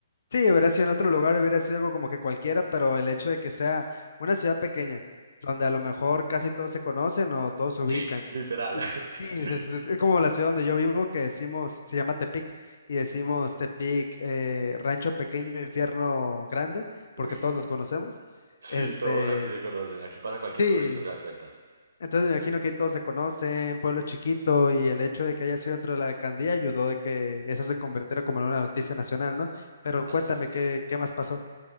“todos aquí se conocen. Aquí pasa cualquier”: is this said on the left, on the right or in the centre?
Right